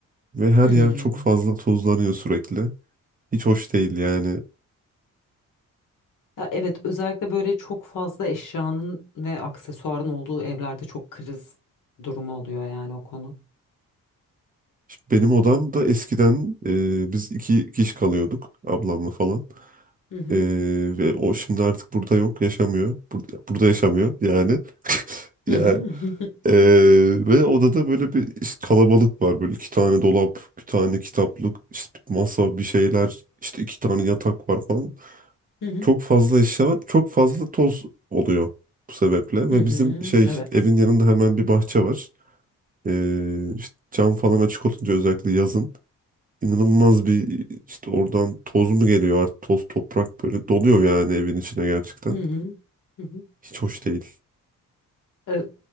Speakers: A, on the right (about 25°); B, on the left (about 65°).
A: Ve her
B: Hmm.
A: yer çok fazla tozlanıyor sürekli. Hiç hoş değil yani.
B: Ya evet özellikle böyle çok fazla eşyanın ve aksesuarın olduğu evlerde çok kriz durumu oluyor yani o konu.
A: Şimdi benim odamda eskiden e, biz iki kişi kalıyorduk ablamla falan.
B: Hı hı.
A: Ee, ve o şimdi artık burada yok, yaşamıyor. Burada, burada yaşamıyor yani. Ya
B: Hı hı.
A: e,
B: <laughs>
A: ve odada böyle bir işte kalabalık var. Böyle iki tane dolap, bir tane kitaplık, işte bir masa, bir şeyler, işte iki tane yatak var falan.
B: Hı hı.
A: çok fazla eşya var. Çok fazla toz oluyor bu sebeple. Ve
B: Hı hı.
A: bizim şey
B: Evet.
A: evin yanında hemen bir bahçe var. Ee, işte cam falan açık olunca özellikle yazın inanılmaz bir işte oradan toz mu geliyor artık toz toprak böyle doluyor yani evin içine gerçekten.
B: Hı hı. Hı hı.
A: Hiç hoş değil.
B: E,